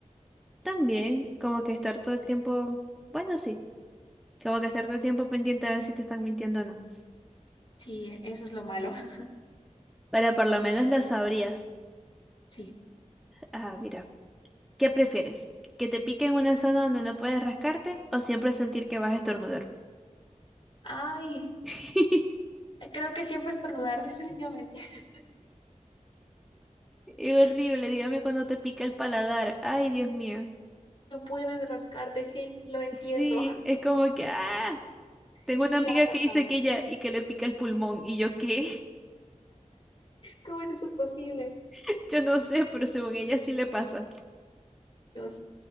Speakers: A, in the centre; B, on the left.
A: También, como que estar todo el tiempo, bueno, sí, como que estar todo el tiempo pendiente a ver si te están mintiendo o no.
B: Sí, e, eso es lo malo. <laughs>
A: Pero por lo menos lo sabrías.
B: Sí.
A: Ah, mira, ¿qué prefieres? ¿Que te pique en una zona donde no puedes rascarte o siempre sentir que vas a estornudar?
B: Ay,
A: <laughs>
B: creo que siempre estornudar, definitivamente. <laughs>
A: Es horrible, dígame cuando te pica el paladar. Ay, Dios mío.
B: No puedes rascarte, sí, lo entiendo.
A: Sí, es como que, ah,
B: <laughs>
A: tengo una amiga
B: Ya, por
A: que dice
B: favor.
A: que ella y que le pica el pulmón. ¿Y yo qué?
B: ¿Cómo es eso posible?
A: <laughs> Yo no sé, pero según ella sí le pasa.
B: Dios